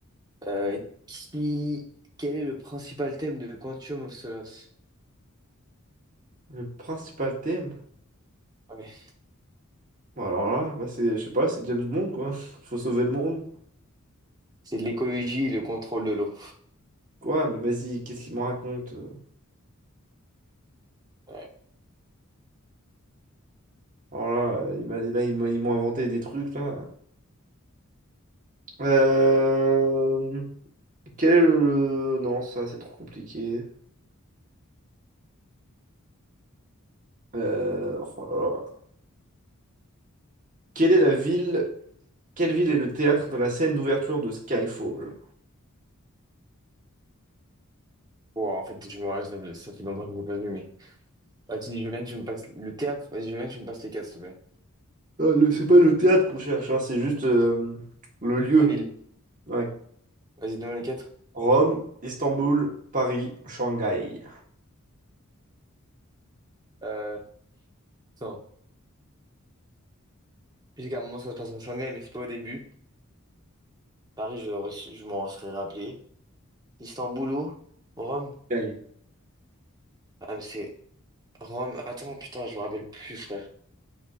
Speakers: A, on the right (about 20°); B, on the right (about 35°).
A: Euh, qui... Quel est le principal thème de Quantum of Solace?
B: Le principal thème?
A: Ouais.
B: Bon, alors là, bah, c'est, je sais pas, c'est James Bond, quoi. <laughs> Faut sauver le monde.
A: C'est de l'écologie et le contrôle de l'eau.
B: Quoi? Mais vas-y, qu'est-ce qu'il me raconte? euh
A: Ouais.
B: Alors là, euh, il m'a- là, ils m'a- ils m'ont inventé des trucs, là. Euh... Quel est le... Non, ça, c'est trop compliqué. Euh, oh là là. Quelle est la ville... Quelle ville est le théâtre de la scène d'ouverture de Skyfall?
A: Wow, en fait, je me rappelle, ça, fait ça fait longtemps que je l'ai pas vu, mais. Vas-y, je veux bien que tu me passes le théâtre. Vas-y, je veux bien que tu me passes les quatre, s'il te plaît.
B: Euh, le- C'est pas le théâtre qu'on cherche, hein, c'est juste euh, le lieu.
A: La ville.
B: Ouais.
A: Vas-y, donne-moi les quatre.
B: Rome, Istanbul, Paris, Shanghai.
A: Euh, attends. Je un moment, ça se passe en Shanghai, mais c'est pas au début. Paris, je, je m'en serais rappelé. Istanbul, où Rome.
B: Shanghai.
A: Ah, mais c'est Rome. Attends, putain, je me rappelle plus, frère.